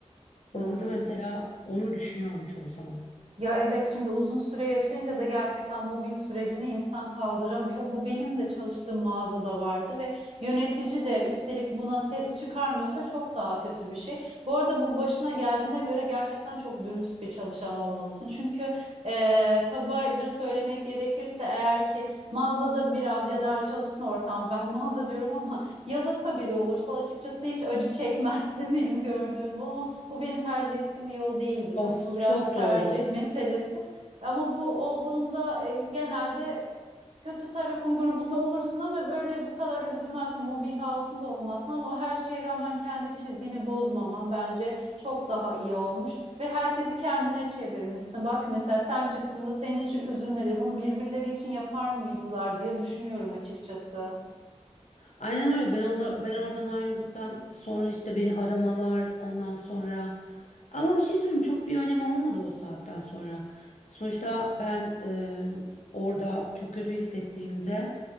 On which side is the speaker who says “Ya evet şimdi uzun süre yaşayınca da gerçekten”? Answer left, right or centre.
Right